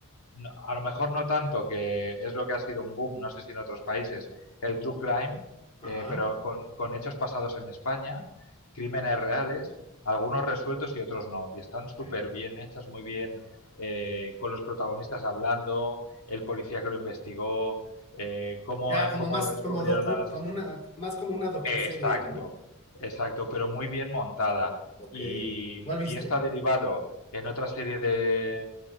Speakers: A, on the left (about 85°); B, on the left (about 30°).
A: no- a lo mejor no tanto, que es lo que ha sido un boom, no sé si en otros países, el true crime,
B: Ajá.
A: eh, pero con, con hechos pasados en España, crímenes reales, algunos resueltos y otros no. Y están súper
B: ok.
A: bien hechas, muy bien, eh, con los protagonistas hablando, el policía que lo investigó, eh, cómo,
B: Ya como
A: cómo
B: más
A: descubrieron
B: como docu,
A: al asesino.
B: como una, más como una docuserie,
A: Exacto,
B: ¿no?
A: exacto, pero muy bien montada.
B: Ok.
A: Y,
B: ¿Cuál viste?
A: y esto ha derivado en otra serie de,